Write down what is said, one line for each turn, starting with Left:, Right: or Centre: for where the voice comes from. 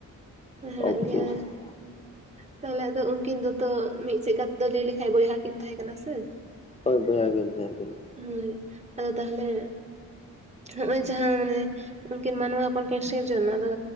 Right: ᱦᱟᱦᱟᱲᱟᱜ
Left: ᱟᱪᱪᱷᱟ
Right: ᱜᱮ।
Left: ᱟᱪᱪᱷᱟ
Right: ᱛᱟᱦᱚᱞᱮ ᱟᱫᱚ ᱩᱱᱠᱤᱱ ᱫᱚᱛᱚ ᱢᱤᱫ ᱥᱮᱪ ᱛᱮᱫᱚ ᱞᱟᱹᱭ ᱞᱮᱠᱟᱱ ᱵᱚᱭᱦᱟ ᱠᱤᱱ ᱛᱟᱸᱦᱮ ᱠᱟᱱᱟ ᱥᱮ?
Left: ᱦᱳᱭ ᱵᱚᱭᱦᱟ ᱠᱤᱱ ᱛᱟᱸᱦᱮ ᱠᱟᱱᱟ।
Right: ᱦᱳᱭ ᱟᱫᱚ ᱛᱟᱦᱚᱞᱮ ᱦᱚᱜᱼᱚᱭ ᱡᱟᱸᱦᱟ ᱢᱟᱱᱮ ᱩᱱᱠᱤᱱ ᱢᱟᱱᱣᱟ ᱦᱚᱯᱚᱱᱠᱤᱱ ᱥᱤᱨᱡᱚᱱ ᱱᱟ ᱟᱫᱚ